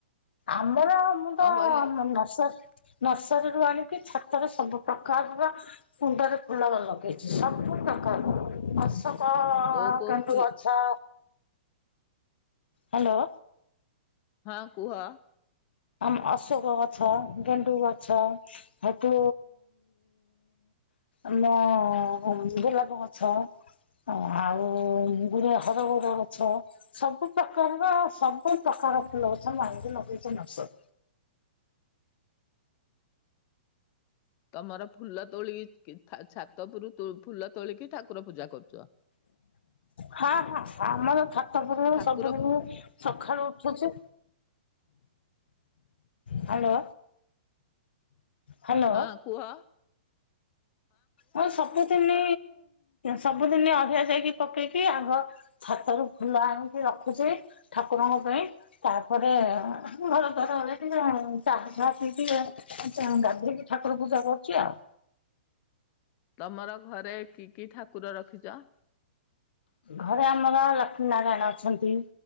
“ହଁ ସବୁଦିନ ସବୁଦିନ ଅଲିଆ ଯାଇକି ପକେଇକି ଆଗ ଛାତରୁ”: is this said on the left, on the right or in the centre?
Left